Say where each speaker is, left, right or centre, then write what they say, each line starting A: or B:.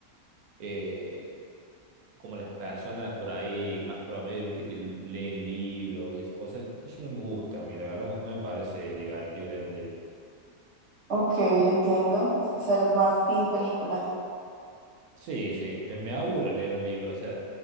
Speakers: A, on the right (about 80°); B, on the right (about 55°).
A: eh, como las personas por ahí más promedio, viste, que leen libros y esas cosas. Eso no me gusta a mí, la verdad, no no me parece divertido leer un libro.
B: Ok, entiendo. O sea, eres más team película.
A: Sí, sí, me, me aburre leer un libro. O sea,